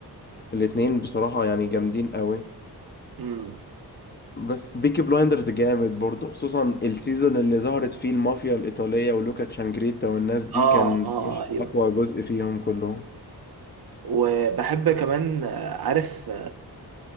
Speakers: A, on the left; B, on the right.
A: الاتنين بصراحة يعني جامدين قوي
B: امم
A: بس بيكي بلايندرز جامد برضه خصوصا السيزون اللي ظهرت فيه المافيا الإيطالية ولوكا تشانجريتا والناس دي
B: اه
A: كان
B: اه آه، ايوه
A: أقوى جزء فيهم كلهم
B: وبحب كمان آه، عارف